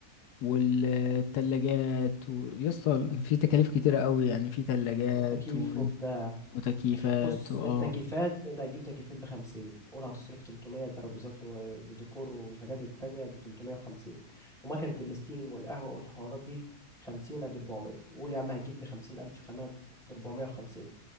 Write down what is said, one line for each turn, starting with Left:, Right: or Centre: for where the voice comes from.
Left: والتلاجات و... يسطا في تكاليف كتيرة قوي يعني في تلاجات
Centre: وتكييف
Left: و...
Centre: وبتاع
Left: وتكييفات
Centre: بص
Left: و... اه
Centre: التكييفات أنت هتجيب تكييفين بخمسين قول هتصرف 300 ترابيزات و- وديكور والحاجات التانية دي 350 ومكنة الستيم والقهوة والحوارات دي 50 أدي 400 وقول يا عم هتجيب بخمسين ألف خامات دي 450